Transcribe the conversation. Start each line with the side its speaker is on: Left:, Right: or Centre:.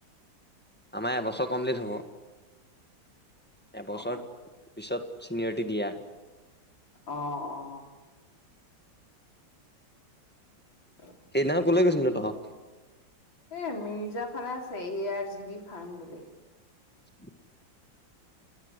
Centre: আমাৰ এবছৰ কমপ্লিট হ'ব। এবছৰ
Left: অ
Centre: পিছত চিনিয়ৰিটি দিয়া।
Left: অ অ উ
Centre: সেইদিনা কলে গৈছিল নো তহঁত
Left: এ মিৰ্জা ফালে আছে এ আৰ জি বি ফাৰ্ম বুলি
Centre: <inaudible>